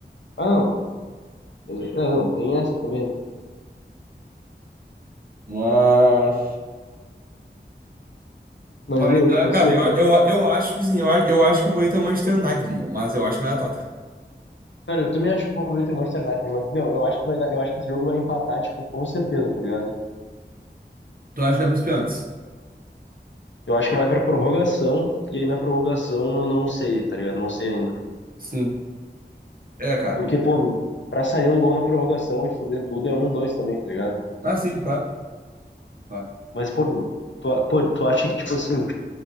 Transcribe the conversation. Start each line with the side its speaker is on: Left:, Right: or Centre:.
Left: Ah, não, É, não, tem essa também.
Right: Mas.
Left: Mas,
Right: Vai
Left: meu,
Right: dar,
Left: tipo assim,
Right: cara, eu,
Left: eu-
Right: eu, eu acho, tipo assim, eu, acho- eu acho que o favorito é o Manchester United, meu. Mas eu acho que vai dar Tottenham.
Left: cara, eu também acho que o favorito é o Manchester United, mas, meu, eu acho que vai dar, eu acho que esse jogo vai empatar, tipo, com certeza, tá ligado?
Right: Tu acha que vai pros pênaltis?
Left: Eu acho que vai pra prorrogação, e aí na prorrogação eu não sei, tá ligado? Não sei ainda.
Right: Sim. É, cara.
Left: Porque, pô, pra sair um gol na prorrogação e foder tudo é um, dois também, tá ligado?
Right: Ah, sim, claro. Claro.
Left: Mas, pô, meu, tu, a- pô, tu acha que, tipo assim,